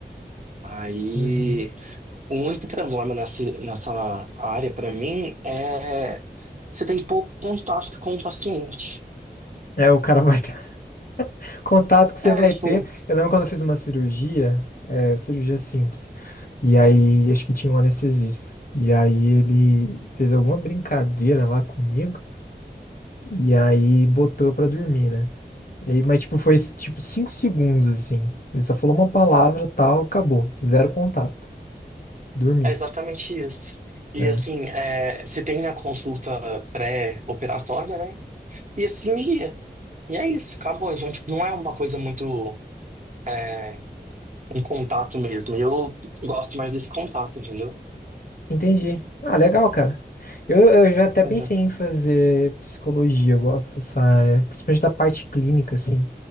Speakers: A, on the right (about 45°); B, on the left (about 55°).
A: Aí,
B: Uhum.
A: o único problema nessa, nessa área, pra mim, é você tem pouco contato com o paciente.
B: É, o cara vai ter <laughs> contato que você
A: É,
B: vai
A: tipo,
B: ter. Eu lembro quando eu fiz uma cirurgia, é, cirurgia simples. E aí, acho que tinha um anestesista. E aí ele fez alguma brincadeira lá comigo. E aí botou eu pra dormir, né? E aí, mas tipo, foi tipo cinco segundos assim. Ele só falou uma palavra, tal, acabou. Zero contato. Dormi,
A: é exatamente isso. E
B: né?
A: assim, é, você tem a consulta pré-operatória, né? E a cirurgia. E é isso, acabou. Então, tipo, não é uma coisa muito, é, um contato mesmo. Eu gosto mais desse contato, entendeu?
B: Entendi. Ah, legal, cara. Eu, eu já até
A: Pois
B: pensei
A: é.
B: em fazer psicologia, eu gosto dessa área, principalmente da parte clínica, assim.